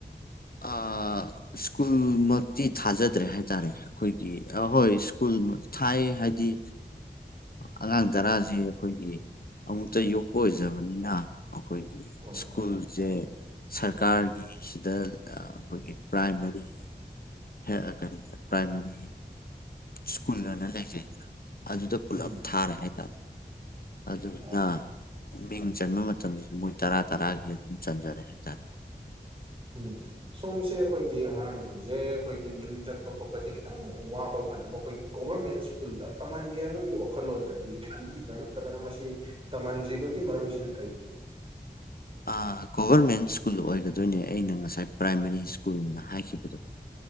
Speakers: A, on the left; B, on the right.
A: ꯑꯥ ꯁ꯭ꯀꯨꯜꯃꯛꯇꯤ ꯊꯥꯖꯗ꯭ꯔꯦ ꯍꯥꯏꯇꯥꯔꯦ꯫ ꯑꯩꯈꯣꯏꯒꯤ ꯑꯍꯣꯏ ꯁ꯭ꯀꯨꯜ ꯊꯥꯏ ꯍꯥꯏꯗꯤ ꯑꯉꯥꯡ ꯇꯔꯥꯁꯦ ꯑꯩꯈꯣꯏꯒꯤ ꯑꯃꯨꯛꯇ ꯌꯣꯛꯄ ꯑꯣꯏꯖꯕꯅꯤꯅ ꯑꯩꯈꯣꯏ
B: ꯍꯣꯏ
A: ꯁ꯭ꯀꯨꯜꯁꯦ
B: ꯍꯣꯏ
A: ꯁꯔꯀꯥꯔꯒꯤꯁꯤꯗ ꯑꯩꯈꯣꯏꯒꯤ ꯄ꯭ꯔꯥꯏꯃꯥꯔꯤ ꯍꯦꯛ ꯀꯔꯤ ꯄ꯭ꯔꯥꯏꯃꯔꯤ ꯁ꯭ꯀꯨꯜ ꯍꯏꯅ ꯂꯩꯖꯩꯗꯅ꯫ ꯑꯗꯨꯗ ꯄꯨꯂꯞ
B: ꯎꯝ
A: ꯊꯥꯔꯦ ꯍꯥꯏꯇꯥꯔꯦ ꯑꯗꯨꯗꯨꯅ
B: ꯑꯣ
A: ꯃꯤꯡ ꯆꯟꯕ ꯃꯇꯝꯁꯤꯁꯨ ꯃꯣꯏ ꯇꯔꯥ ꯇꯔꯥꯒꯤ ꯑꯗꯨꯝ ꯆꯟꯖꯔꯦ ꯍꯥꯏꯇꯥꯔꯦ꯫
B: ꯎꯝ ꯁꯣꯝꯁꯦ ꯑꯩꯈꯣꯏꯒꯤ ꯑꯉꯥꯡꯁꯤꯡꯁꯦ ꯑꯩꯈꯣꯏꯒꯤ ꯃꯤꯡ ꯆꯟꯕ ꯈꯣꯠꯄꯁꯦ ꯈꯤꯇꯪ ꯋꯥꯕ ꯐꯅꯕ ꯑꯩꯈꯣꯏꯒꯤ ꯒꯣꯕꯔꯃꯦꯟ ꯁ꯭ꯀꯨꯜꯗ ꯇꯝꯍꯟꯒꯦ ꯍꯥꯏꯕꯒꯤ ꯋꯥꯈꯜꯂꯣꯟꯒꯗꯤ ꯈꯟꯕꯤꯕ꯭ꯔꯥ ꯅꯠꯇ꯭ꯔꯒꯅ ꯃꯁꯤ ꯇꯝꯍꯟꯗ꯭ꯔꯤꯕꯒꯤ ꯃꯔꯝꯁꯤꯅ ꯀꯔꯤꯒꯤꯅꯣ?
A: ꯑꯥ ꯒꯣꯕꯔꯃꯦꯟ ꯁ꯭ꯀꯨꯜ ꯑꯣꯏꯒꯗꯣꯏꯅꯦ ꯑꯩꯅ ꯉꯁꯥꯏ ꯄ꯭ꯔꯥꯏꯃꯥꯔꯤ ꯁ꯭ꯀꯨꯜꯅ ꯍꯥꯏꯈꯤꯕꯗꯣ꯫